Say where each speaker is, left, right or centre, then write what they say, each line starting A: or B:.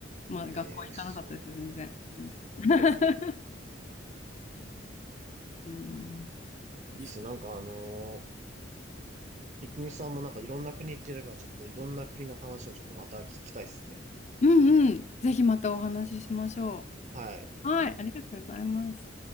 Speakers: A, on the left (about 40°); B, on the right (about 40°).
A: まあ、
B: えー、
A: 学校は行かなかったです、
B: す。<laughs> へ
A: 全然。うん <laughs> うんですか。
B: ーいいっすね。なんかあのー、いくみさんもなんかいろんな国行ってるから、ちょっといろんな国の話をちょっとまた聞きたいっすね。
A: うんうん。ぜひまたお話ししましょ
B: はい。
A: う。はい、ありがとうございます。